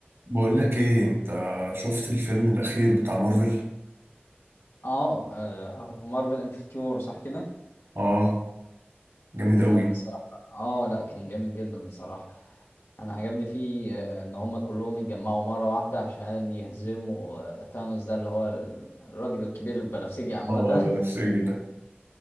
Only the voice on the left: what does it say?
اه آه، مارفل انفنتيور صح كده
انه
بصراحة اه لا كان جامد جدا بصراحة انا عجبني فيه آه، ان هما كلهم اتجمعوا مرة واحدة عشان يهزموا آه، ثانوس ده اللي هو الراجل الكبير البنفسجي عامة